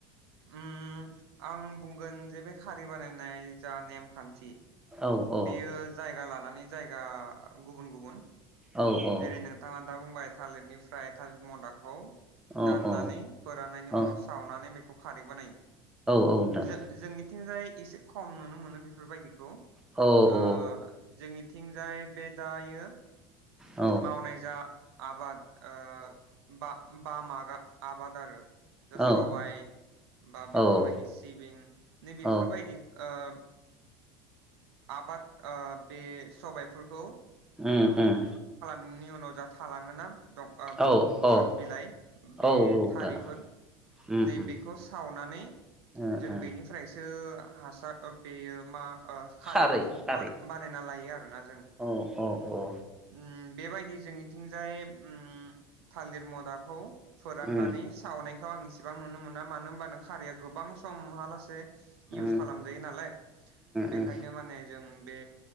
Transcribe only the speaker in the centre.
औ औ
औ औ
औ
औ
औ
औ नोंथां
औ औ
औ
औ
औ
औ
उम उम
औ
औ
औ नोंथां
उम
उम
ओ ओ
खारै खारै
औ औ औ
उम
उम
उम